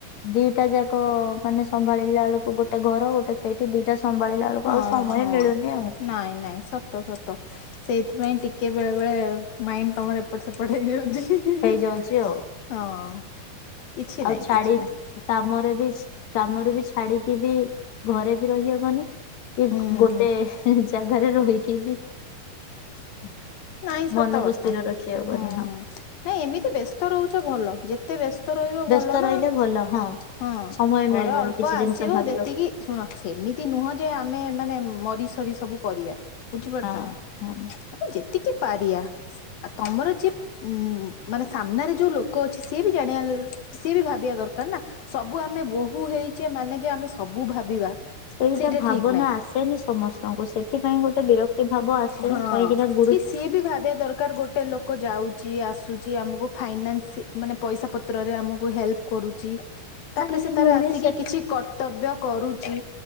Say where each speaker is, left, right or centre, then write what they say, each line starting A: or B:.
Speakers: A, on the left; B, on the left.
A: ଦିଟା ଯାକ ମାନେ ସମ୍ଭାଳିଲା ବେଳକୁ ଗୋଟେ ଘର ଗୋଟେ ସେଇଠି ଦିଟା ସମ୍ଭାଳିଲା ବେଳକୁ
B: ହଁ
A: ଆଉ ସମୟ
B: ହଁ।
A: ମିଳୁନି ଆଉ
B: ନାଇଁ ନାଇଁ ସତ ସତ ସେଇଥିପାଇଁ ଟିକେ ବେଳେ ବେଳେ ମାଇଣ୍ଡ ତମର ଏପଟ ସେପଟ ହେଇଯାଉଛି
A: ହେଇଯାଉଛି ଆଉ
B: ହଁ। କିଛି ନାଇଁ
A: ଆଉ ଛାଡି
B: କିଛି ନାଇଁ
A: କାମରେ ବି କାମରେ ବି ଛାଡିକି ବି ଘରେ ବି ରହିହବନି କି
B: ହୁଁ
A: ଗୋଟେ
B: ହୁଁ
A: ଜାଗାରେ ରହିକି ବି <unintelligible>
B: ନାଇଁ ସତ
A: ମନକୁ
B: କଥା
A: ସ୍ଥିର
B: ହୁଁ
A: ରଖିହବନି ହଁ
B: ନାଇଁ ଏମିତି ବ୍ୟସ୍ତ ରହୁଛ ଭଲ ଯେ ଏତେ ବ୍ୟସ୍ତ ରହିବ
A: ବ୍ୟସ୍ତ
B: ଭଲ ନାଁ।
A: ରହିଲେ ଭଲ
B: ହଁ
A: ସମୟ
B: ଘର
A: ମିଳିବନି
B: ଅଳ୍ପ
A: କିଛି ଜିନିଷ
B: ଆସିବ
A: ଭାବିବାକୁ
B: ଯେତିକି ଶୁଣ ସେମିତି ନୁହଁ ଯେ ଆମେ ମାନେ ମରି ସରି ସବୁ କରିବା ବୁଝିପାରୁଛ
A: ହଁ
B: ନାଁ
A: ହଁ
B: ଆମେ ଯେ ଏତିକି ପାରିଆ ତମର ଯିଏ ଉଁ ମାନେ ସାମ୍ନାରେ ଯୋଉ ଲୋକ ଅଛି ସିଏ ବି ଜାଣିବା ସିଏ ବି ଭାବିବା ଦରକାର ନା ସବୁ ଆମେ ବୋହୁ ହେଇଛେ ମାନେ ଯେ ଆମେ ସବୁ ଭାବିବା।
A: ସେଇଟା ଭାବନା
B: ଠିକ ନାହିଁ
A: ଆସେନି ସମସ୍ତଙ୍କୁ ସେଥିପାଇଁ ଗୋଟେ ବିରକ୍ତି ଭାବ ଆସେ
B: ହଁ।
A: କାହିଁକି ନାଁ।
B: କି ସିଏ ବି ଭାବିବା ଦରକାର ଗୋଟେ ଲୋକ ଯାଉଛି ଆସୁଛି। ଆମକୁ ଫାଇନାନ୍ସ ମାନେ ପଇସା ପତ୍ରରେ ଆମକୁ ହେଲ୍ପ କରୁଛି। ତାପରେ
A: ନା ଏଇ
B: ସେ ତାର
A: ଭଉଣୀ
B: ଆସିକି କିଛି କର୍ତ୍ତବ୍ୟ କରୁଛି।